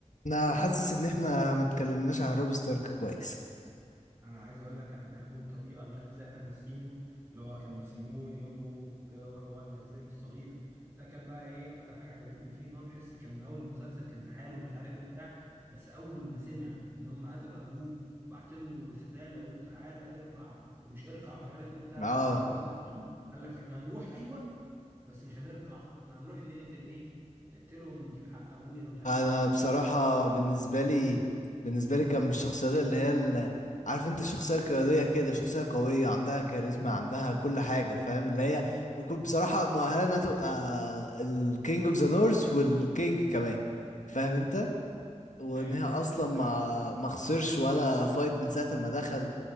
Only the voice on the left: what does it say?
انا حاسس ان احنا ما اتكلمناش عن روب ستارك كويس
اه
انا
بصراحة
بالنسبة لي بالنسبة لي كان من الشخصيات اللي هي ال- عارف انت شخصية قيادية كده شخصية قوية عندها كاريزما عندها كل حاجة فاهم اللي هي كنت بصراحة مؤهلة انها تبقى الكينج اوف ذا نورث والكينج كمان فاهم انت وان
هي اصلا ما
ما خسرش ولا فايت من ساعة ما دخل